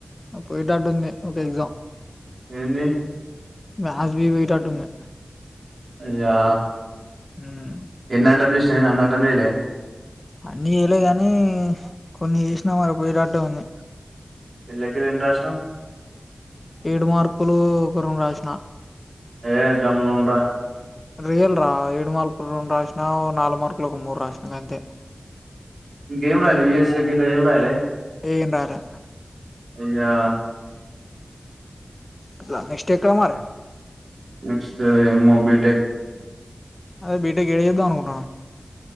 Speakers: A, on the left; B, on the right.
A: పోయేటట్టుంది ఒక ఎక్జామ్
B: ఎంది
A: మాథ్స్ బి పోయేటట్టుంది
B: అయ్యా
A: ఉమ్
B: ఎన్ని అటెంప్ట్ చేసినవ్ అన్ని అటెంప్ట్ చెయ్లె
A: అన్ని చేయలే కాని కొన్ని చేసినా మరి పోయేటట్టె ఉంది
B: ఎళ్లకి రెండు రాష్ట్రం
A: ఏడు మార్పులు ఒక రెండు రాసిన
B: ఏ గమ్మంట
A: రియల్ రా ఏడు మార్కులు రెండు రాసినా నాలుగు మార్కులు ఒక మూడు రాసినా గంతె
B: ఇంకేం రాయలే వి యస్ ఎం రాయలే
A: ఏం రాయలే
B: అయ్యా
A: ఇట్లా నెక్స్ట్ ఎక్కడ మరి
B: నెక్స్ట్ ఏ మోబిటెక్
A: అదే బీటకి ఏడ చేద్దాం అనుకుంటున్నావ్